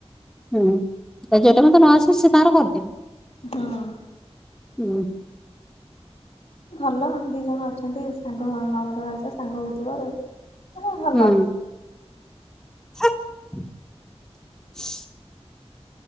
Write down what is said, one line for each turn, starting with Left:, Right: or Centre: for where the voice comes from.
Centre: ହୁଁ ଯୋଉଟା ମତେ ନ ଆସିବ ସେ ତାର କର୍ଦିଏ
Left: ହୁଁ।
Centre: ହୁଁ।
Left: ଭଲ ଦୁଇ ଜଣ ଅଛନ୍ତି ସାଙ୍ଗ ନଣନ୍ଦ ଭାଉଜ ସାଙ୍ଗ ହଉଥିବ ରହୁଥିବ ମାନେ ଭଲ।
Centre: ହୁଁ। <inaudible>